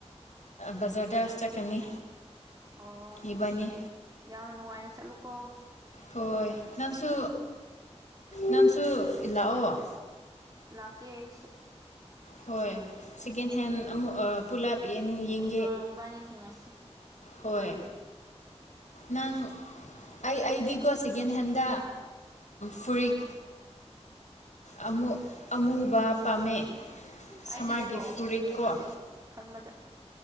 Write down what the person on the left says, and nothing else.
ꯕꯖꯥꯔꯗ ꯆꯠꯀꯅꯤ
ꯏꯕꯥꯅꯤ
ꯍꯣꯏ ꯅꯪꯁꯨ ꯅꯪꯁꯨ ꯏꯜꯂꯥꯛꯑꯣ
ꯍꯣꯏ ꯁꯦꯀꯦꯟ ꯍꯦꯟ ꯑꯃꯨꯛ ꯄꯨꯂꯞ ꯌꯦꯅꯤ ꯌꯦꯡ
ꯍꯣꯏ ꯅꯪ ꯑꯩ ꯑꯩꯗꯤꯀꯣ ꯁꯦꯀꯦꯟ ꯍꯦꯟꯗ ꯐꯨꯔꯤꯠ ꯑꯃꯨ ꯑꯃꯨꯕ ꯄꯥꯝꯃꯦ ꯁꯝꯃꯔꯒꯤ
ꯐꯨꯔꯤꯠꯀꯣ